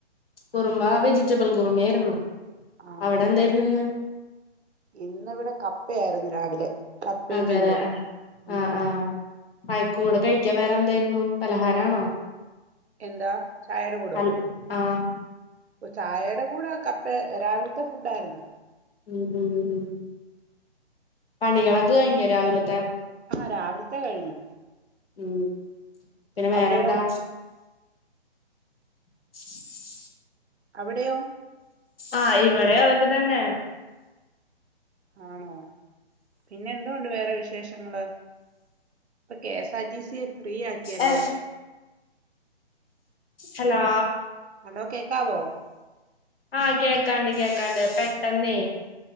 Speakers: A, on the left; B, on the right.
A: കുറുമ വെജിറ്റബിൾ കുറുമ ആയിരുന്നു
B: ആ
A: അവിടെന്തായിരുന്നു ഇന്ന്
B: ഇന്നിവിടെ കപ്പ ആയിരുന്നു രാവിലെ കപ്പയും
A: അതെലെ
B: മീൻകറി
A: ആഹ്
B: ഉം
A: ആഹ് ആഹ് ആയിക്കൂടെ കഴിക്കാ വേറെ എന്തായിരുന്നു പലഹാരാണോ?
B: എന്താ ചായേടെ കൂടോ?
A: അൽ ആഹ്
B: ഓഹ് ചായേടെ കൂടെ കപ്പേ രാവിലത്തെ ഫുഡ് ആയിരുന്നു
A: ഉം ഉം ഉം പണികളൊക്കെ കഴിഞ്ഞോ രാവിലത്തെ?
B: ആഹ് രാവിലത്തെ കഴിഞ്ഞു
A: ഉം പിന്നെ വേറെന്താ?
B: അവിടെയോ
A: <unintelligible>
B: അവിടെയോ?
A: ആഹ് ഇവിടേം അതൊക്കെ തന്നെ
B: ആണോ പിന്നെ എന്തോ ഉണ്ട് വേറെ വിശേഷങ്ങള്? ഇപ്പ K S R T C free ആക്കിയല്ലോ
A: എ ഹലോ
B: ഹലോ കേക്കാവോ
A: ആഹ് കേൾക്കാണ്ട് കേക്കാണ്ട് പെട്ടെന്നേയ്